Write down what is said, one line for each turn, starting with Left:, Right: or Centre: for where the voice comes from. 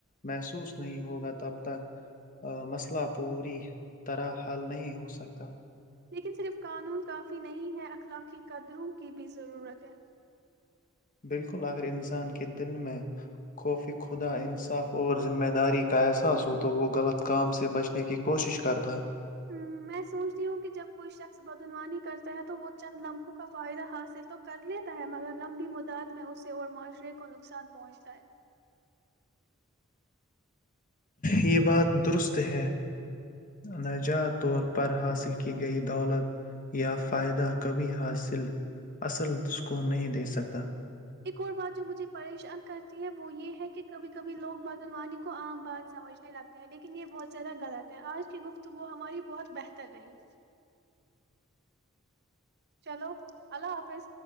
Left: محسوس نہیں ہوگا تب تک مسئلہ پوری طرح حل نہیں ہو سکتا
Right: لیکن صرف قانون کافی نہیں ہے اخلاقی قدروں کی بھی ضرورت ہے
Left: بالکل اگر انسان کے دل میں قفی خدا انصاف اور ذمہ داری کا احساس ہو تو وہ غلط کام سے بچنے کی کوشش کرتا
Right: ہ میں سوچتی ہوں کہ جب کوئی شخص بدعنوانی کرتا ہے تو وہ چند لمحوں کا فائدہ حاصل تو کر لیتا ہے مگر لمبی مدع میں اسے اور معاشرے کو نقصان پہنچتا ہے
Left: یہ بات درست ہے نجات طور پر حاصل کی گئی دولت یا فائدہ کبھی حاصل اصل سکون نہیں دے سکتا
Right: ایک اور بات جو مجھے پریشان کر ہے وہ یہ ہے کہ کبھی کبھی لو بادل وانی کو کو عام بات سمجھنے لگتے ہیں لیکن یہ بہت زیادہ غلط ہے آج گفتگو ہماری بہت بہت ت رہ ہی چلو اللہ حافظ